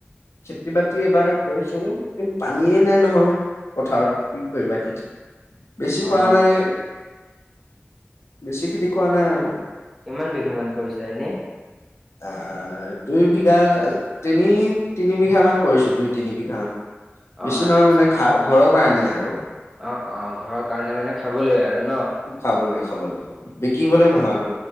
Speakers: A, on the left; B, in the centre.
A: খেতি বাতি এবাৰ কৰিছোঁ কিন্তু পানী নাই নহয়। পথাৰত কি কৰিবা খেতি। বেছি
B: অ
A: কৰা নাই
B: তাক
A: বেছি খেতি কৰা নাই আৰু,
B: কিমান বিঘা মান কৰিছাঁ এনে,
A: আহ' দুই বিঘা, তিনি তিনি বিঘা মান কৰিছোঁ দুই তিনি বিঘা মান-
B: অ
A: বেছি
B: আচ্ছা
A: নহয় মানে ঘা ঘৰৰ কাৰণে আৰু-
B: অ' অ' ঘৰৰ কাৰণে মানে খাবলৈ আৰু ন
A: খাবলৈ খাবলৈ খাবলৈ বিকিবলে
B: অ'।
A: নহয় আৰু